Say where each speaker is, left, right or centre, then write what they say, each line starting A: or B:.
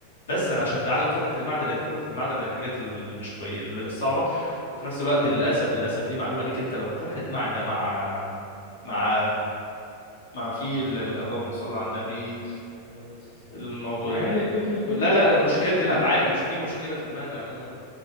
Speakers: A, on the left; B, on the left.
A: بس انا
B: امم
A: عشان تعالج قرحه المعده لان قرحه المعده من الحاجات اللي مش كوي الصعبه وفي نفس الوقت
B: امم
A: للاسف للاسف دي معلومه ليك انت لو قرحه معده مع مع مع في ال- ال- اللهم صل على النبي
B: الله يسلمك.
A: المو...
B: مع
A: ال-
B: يعني كتر البن
A: لا
B: او
A: لا
B: الاحماض
A: مشكلة
B: يعني
A: الأمعاء
B: عموما
A: مش في مشكلة في المعدة عموما